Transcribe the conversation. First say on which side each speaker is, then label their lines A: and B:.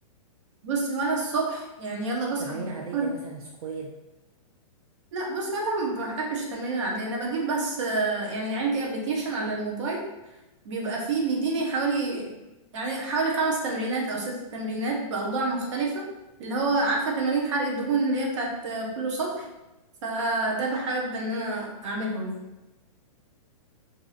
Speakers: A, on the right; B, on the right.
A: بصي وانا الصبح يعني يلا بصحى
B: تمارين
A: بحاول-
B: عاديه مثلا سكوات
A: لا بصي انا ما بحبش التمارين العادية انا بجيب بس آه، يعني عندي ابلكيشن على الموبايل بيبقى فيه بيديني حوالي يعني حوالي خمس تمرينات أو ست تمرينات بأوضاع مختلفة اللي هو عارفة تمارين حرق الدهون اللي هي بتاعت كل سطح فده بحب إن أنا أعملهم يعني